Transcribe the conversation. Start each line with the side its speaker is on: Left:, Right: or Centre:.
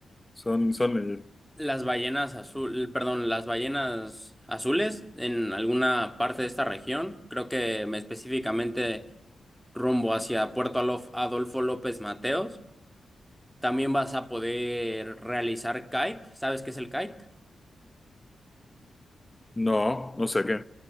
Left: Son, son ellos.
Centre: Las ballenas azul, perdón, las ballenas azules en alguna parte de esta región, creo que específicamente rumbo hacia Puerto Alof- Adolfo López Mateos. También vas a poder realizar kite. ¿Sabes qué es el kite?
Left: No, no sé qué.